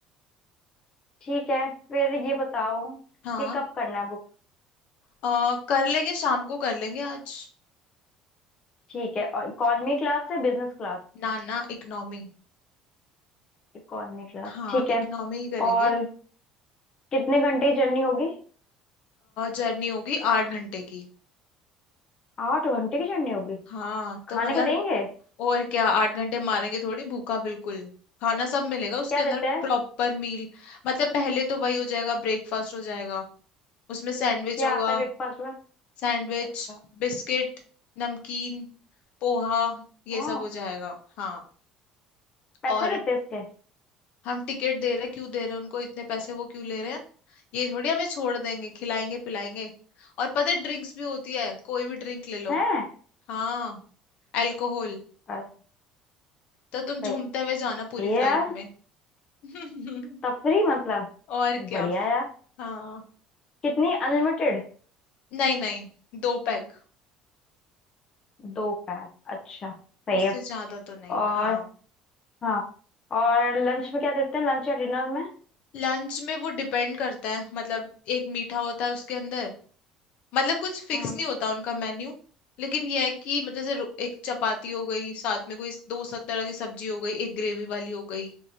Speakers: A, on the left; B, on the left.
A: ठीक है फिर ये बताओ
B: हाँ
A: कि कब करना है बुक
B: अ, कर लेंगे शाम को कर लेंगे आज
A: ठीक है और इकॉनमी क्लास है बिजनेस क्लास
B: ना ना इकनॉमी
A: इकॉनमी क्लास
B: हाँ
A: ठीक
B: इकनॉमी
A: है
B: ही करेंगे
A: और कितने घंटे की जर्नी होगी
B: जर्नी होगी आठ घंटे की
A: आठ घंटे की जर्नी होगी
B: हाँ
A: खाने
B: तो मतलब
A: को देंगे
B: और क्या आठ घंटे मारेंगे थोड़ी भूखा बिल्कुल खाना सब मिलेगा उसके
A: क्या
B: अंदर
A: देते हैं
B: प्रॉपर मील मतलब पहले तो वही हो जाएगा ब्रेकफास्ट हो जाएगा उसमें सैंडविच
A: क्या
B: होगा
A: आता है ब्रेकफास्ट में
B: सैंडविच
A: अच्छा
B: बिस्किट नमकीन पोहा
A: ओ
B: ये सब हो जाएगा हाँ
A: पैसे
B: और
A: लेते हैं इसके
B: हम टिकट दे रहे हैं, क्यों दे रहे हैं उनको इतने पैसे वो क्यों ले रहे हैं ये थोड़ी हमें छोड़ देंगे खिलाएंगे पिलाएंगे और पता है ड्रिंक्स भी होती है कोई भी ड्रिंक ले लो
A: हैं
B: हाँ अल्कोहल
A: अरे
B: तो तुम झूमते
A: सही
B: हुए जाना पूरी
A: है
B: फ्लाइट
A: यार
B: में <laughs>
A: तफरी मतलब
B: और क्या
A: बढ़िया यार
B: हाँ
A: कितनी अनलिमिटेड
B: नहीं नहीं दो पैग
A: दो पैक अच्छा सही
B: उससे
A: है
B: ज्यादा तो नहीं
A: और
B: हाँ
A: हाँ और लंच में क्या देते हैं लंच या डिनर में
B: लंच में वो डिपेंड करता है मतलब एक मीठा होता है उसके अंदर मतलब कुछ फिक्स
A: हम्म
B: नहीं होता उनका मेन्यू लेकिन यह है कि मतलब जैसे रो- एक चपाती हो गई साथ में कोई दो सब तरह की सब्जी हो गई एक ग्रेवी वाली हो गई